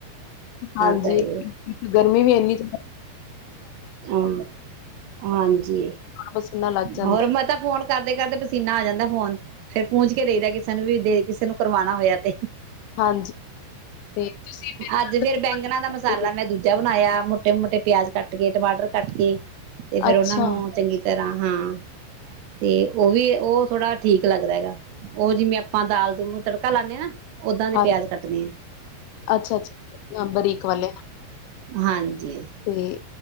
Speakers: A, on the left (about 80°); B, on the right (about 75°).
A: ਹਾਂਜੀ
B: ਆ ਤਾਂ ਇਹ
A: ਗਰਮੀ ਵੀ ਇਨੀ
B: ਹੂੰ ਹਾਂਜੀ
A: ਪਸੀਨਾ ਲੱਗ ਜਾਂਦਾ
B: ਹੋਰ ਮੈਂ ਤਾਂ ਫੋਨ ਕਰਦੇ ਕਰਦੇ ਪਸੀਨਾ ਆ ਜਾਂਦਾ ਫੋਨ ਫੇਰ ਪੂੰਜ ਕੇ ਦੇਦਾ ਕਿਸੇ ਨੂੰ ਵੀ ਦੇ ਕਿਸੇ ਨੂੰ ਕਰਵਾਉਣਾ ਹੋਇਆ ਤੇ
A: ਹੈ। ਹਾਂਜੀ ਤੇ ਤੁਸੀਂ
B: ਅੱਜ ਫੇਰ ਬੈਂਗਣਾ ਦਾ ਮਸਾਲਾ ਮੈਂ ਦੂਜਾ ਬਣਾਇਆ ਤੀਨ ਮੋਟੇ ਪਿਆਜ ਕੱਟ ਕੱਟ ਕੇ ਟਮਾਟਰ ਕੱਟ ਕੇ ਤੇ ਫੇਰ
A: ਅੱਛਾ
B: ਉਹਨਾ ਨੂੰ ਚੰਗੀ ਤਰ੍ਹਾਂ ਹਾਂ ਤੇ ਉਹ ਵੀ ਉਹ ਥੋੜਾ ਠੀਕ ਲੱਗਦਾ ਹੈਗਾ ਉਹ ਜਿਵੇਂ ਆਪਾਂ ਦਾਲ ਦੂਲ ਨੂੰ ਤੜਕਾ ਲਾਦੇ ਹਾਂ ਨਾ ਓਦਾਂ ਦੇ
A: ਹਾਂ
B: ਪਿਆਜ ਕੱਟਦੇ ਆ।
A: ਅੱਛਾ-ਅੱਛਾ ਬਰੀਕ ਵਾਲੇ
B: ਹਾਂਜੀ- ਜੀ।
A: ਤੇ